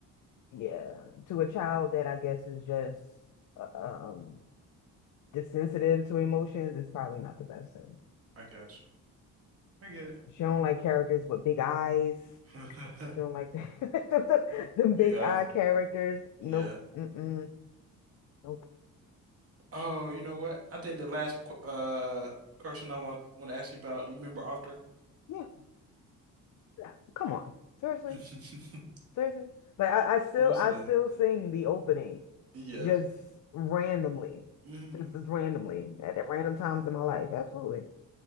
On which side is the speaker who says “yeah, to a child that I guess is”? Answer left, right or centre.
Left